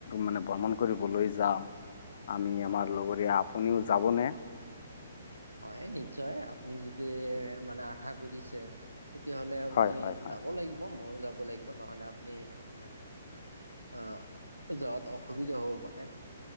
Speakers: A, on the left (about 50°); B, on the right (about 85°).
A: মানে ভ্ৰমণ কৰিবলৈ যাম। আমি আমাৰ লগৰীয়া আপুনিও যাবনে?
B: হয় নিশ্চয় আপুনি যদি মানে আশা কৰিছে। তেতিয়াহলে
A: হয়
B: মই
A: হয় হয়
B: যাব লাগিব মোৰো যাব লাগিব নহ'লে আপুনি অলপ। আহ যোৱাত অসুবিধা হ'ব পাৰে